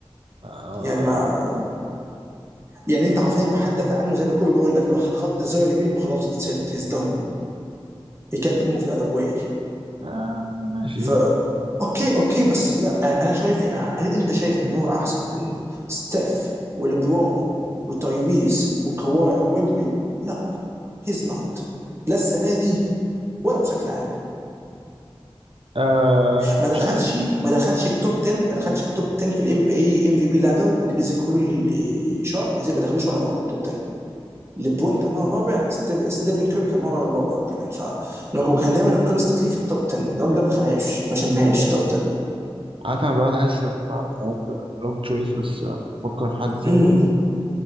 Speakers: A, on the right (about 60°); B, on the right (about 25°).
A: اه, آه.
B: يعني ما يعني انت حرفيا هتدافع عنه زي ما كوبي بيقول لك لو هتغطي الزاويه اليمين وخلاص اتس هيز دون هي كانت موف ذا اذر واي
A: آه. ماشي
B: ف اوكي اوكي بس لا انا شايف هل انت شايف ان هو احسن من ستيف ولبرون وتايفيز وكواي او ويمبي لا هيز نوت لا السنه دي ولا بشكل عام
A: آه
B: ما دخلش
A: مش عارف
B: ما دخلش التوب 10 ما دخلش التوب 10 في الام بي اي ام في بي لادر اللي بينزل كل شهر ما زي- ما دخلوش ولا مره توب 10 ليبرون كان مره رابع ستيف- ستيفن كوري كان مره رابع كمان ف وكان دايما كونستنتلي في التوب 10 الراجل ده ما دخلهاش ما شمهاش توب 10
A: عادة انا بقعد احس ان انا عملت روج تشويس بس آه، افكر في حد تاني
B: امم